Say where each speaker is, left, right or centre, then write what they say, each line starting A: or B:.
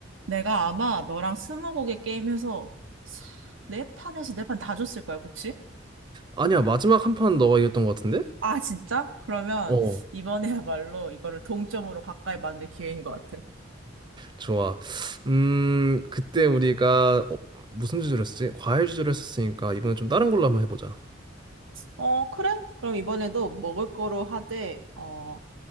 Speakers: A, on the right (about 90°); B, on the right (about 25°).
A: 내가 아마 너랑 스무고개 게임해서 사- 네 판에서 네 판 다 줬을 거야, 그치?
B: 아니야, 마지막 한 판 너가 이겼던 것 같은데?
A: 아, 진짜? 그러면
B: 어,
A: 이번에야말로 이거를 동점으로 가까이 만들 기회인 것 같아.
B: 좋아. 음, 그때 우리가 어, 무슨 주제로 했었지? 과일 주제로 했었으니까 이번에 좀 다른 걸로 한번 해보자.
A: 어, 그래? 그럼 이번에도 먹을 거로 하되, 어,